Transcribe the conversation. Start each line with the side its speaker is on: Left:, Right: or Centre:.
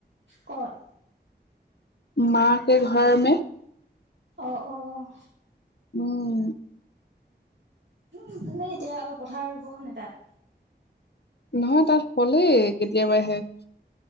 Right: ক'ত?
Left: মা কে ঘৰ মে
Right: অঁ অ'
Left: উম
Right: উম ভালে এতিয়া অ পথাৰ ৰুব কাৰনে তাত
Left: নহয় তাত হ'লেই কেতিয়াবাই শেষ।